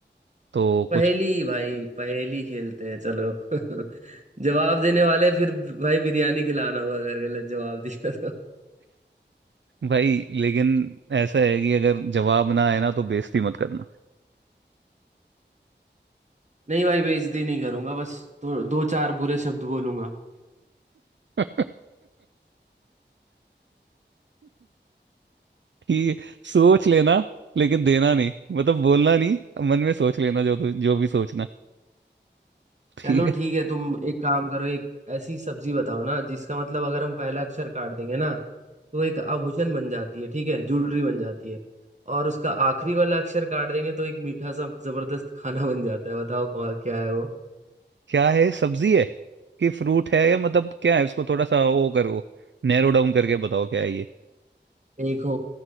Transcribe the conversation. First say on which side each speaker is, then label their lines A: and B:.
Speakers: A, on the right; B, on the right.
A: तो
B: पहेली
A: कुछ
B: भाई पहेली खेलते हैं चलो <laughs> जवाब देने वाले फिर भाई बिरयानी खिलाना होगा अगर गलत जवाब दिया तो
A: भाई लेकिन ऐसा है कि अगर जवाब ना आए ना तो बेइज्जती मत करना
B: नहीं भाई बेइज्जती नहीं करूंगा बस दो, दो चार बुरे शब्द बोलूंगा
A: <laughs> ठीक है सोच लेना लेकिन देना नहीं मतलब बोलना नहीं मन में सोच लेना जो तु- जो भी सोचना ठीक
B: चलो
A: है
B: ठीक है तुम एक काम करो एक ऐसी सब्जी बताओ ना जिसका मतलब अगर हम पहला अक्षर काट देंगे ना तो वो एक आभूषण बन जाती है ठीक है ज्वेलरी बन जाती है और उसका आखिरी वाला अक्षर काट देंगे तो एक मीठा सा जबरदस्त खाना बन जाता है बताओ कौन- क्या है
A: क्या है सब्जी है कि फ्रूट है या मतलब क्या है इसको थोड़ा सा वो करो नैरो डाउन करके बताओ क्या है ये
B: देखो